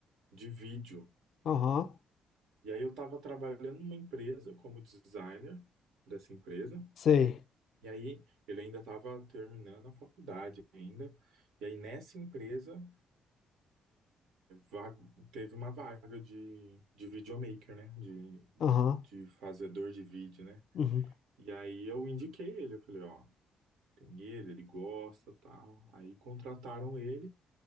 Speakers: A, on the right (about 80°); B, on the left (about 65°).
A: de vídeo.
B: Aham,
A: E aí eu estava trabalhando numa empresa como designer dessa empresa.
B: sei.
A: E aí ele ainda estava terminando a faculdade ainda. E aí nessa empresa va- teve uma vaga de, de videomaker, né? De,
B: Aham.
A: de fazedor de vídeo, né?
B: Uhum,
A: E aí eu indiquei ele, eu falei, ó, tem ele, ele gosta, tal. Aí contrataram ele,